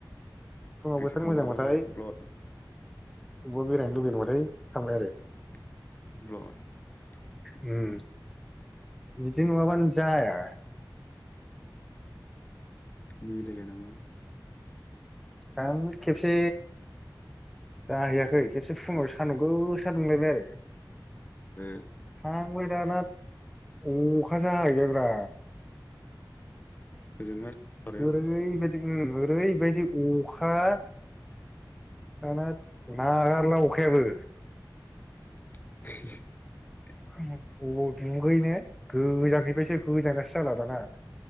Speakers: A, in the centre; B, on the left.
A: फुङाव
B: गोसोखांहरबाथाय
A: बोथोर मोजांबाथाय
B: ब्लड।
A: अबावबा बेरायनो लुुबैदोंबाथाय थांबाय आरो
B: ब्लत
A: उम बिदि नङाबानो जाया।
B: मिलाया‌ नामा!
A: दा खेबसे जाहैयाखै खेबसे फुङाव सानदुं गोसा दुंलायबाय आरो।
B: ओ
A: थांबाय दाना अखासो हाहैबाय ब्रा
B: ओजोंहाय आं
A: ओरैबायदि उम ओरैबायदि अखा दाना नागारला अखायाबो।
B: <unintelligible>
A: <inaudible> <unintelligible> बबाव दुगैनो गोजांनायनिफ्रायसो गोजांगासिनो। जाला दाना